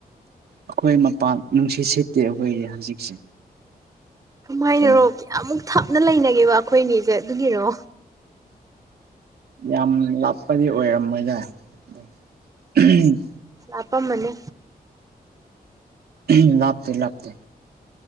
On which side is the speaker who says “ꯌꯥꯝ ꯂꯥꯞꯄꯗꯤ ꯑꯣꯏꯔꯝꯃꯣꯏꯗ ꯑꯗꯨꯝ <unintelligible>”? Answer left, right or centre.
Right